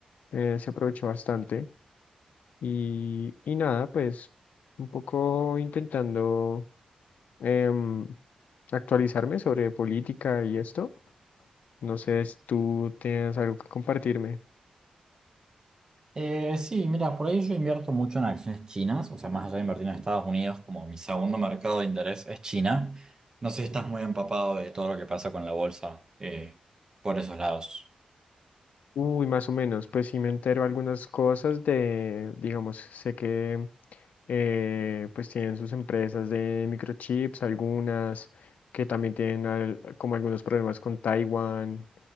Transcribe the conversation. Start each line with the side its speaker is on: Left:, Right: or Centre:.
Left: eh, se aprovechó bastante. Y, y nada, pues un poco intentando em, actualizarme sobre política y esto. No sé si tú tienes algo que compartirme.
Right: Eh, sí, mira, por ahí yo invierto mucho en acciones chinas, o sea, más allá de invertir en Estados Unidos, como mi segundo mercado de interés es China. No sé si estás muy empapado de todo lo que pasa con la bolsa eh, por esos lados.
Left: Uy, más o menos, pues sí me entero algunas cosas de, digamos, sé que eh, pues tienen sus empresas de microchips, algunas que también tienen al- como algunos problemas con Taiwan,